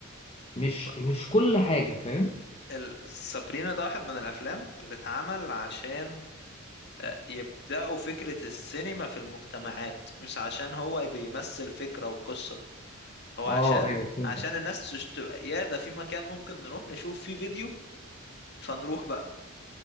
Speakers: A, on the left; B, on the left.
A: مش
B: ما-
A: مش كل حاجة فاهم
B: ال- سابرينا ده واحد من الافلام اللي اتعمل عشان آه، يبدأوا فكرة السينما في المجتمعات مش عشان هو بيمثل فكرة وقصة هو
A: اه
B: عشان
A: ايوه فهمتك
B: عشان الناس تش- تبقى يا ده في مكان ممكن نروح نشوف فيه فيديو فنروح بقى